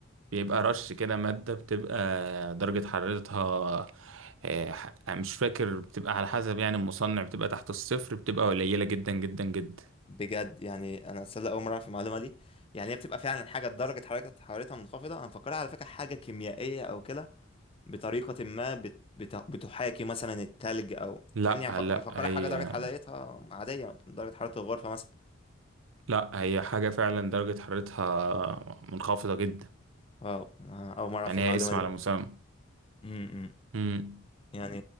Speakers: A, on the right (about 75°); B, on the left (about 25°).
A: بيبقى رش كده مادة بتبقى درجة حرارتها آه، ح- مش فاكر بتبقى على حسب يعني المصنع بتبقى تحت الصفر بتبقى قليلة جدا جدا جدا
B: بجد يعني انا اتصدق اول مره في المعلومه دي يعني هي بتبقى فعلا حاجه درجه حرارتها حرارتها منخفضه انا مفكرها على فكره حاجه كيميائيه او كده بطريقه ما بت... بت... بتحاكي مثلا التلج او
A: لا
B: فاهمني يعني مفك-
A: لا
B: مفكرها
A: هي
B: حاجه درجه حرارتها عاديه درجه حراره الغرفه مثلا
A: لا هي حاجة فعلا درجة حرارتها منخفضة جدا
B: واو آه، أول مرة أعرف
A: يعني
B: المعلومة
A: هي اسم
B: دي
A: على
B: بقى.
A: مسمى
B: امم
A: مم.
B: يعني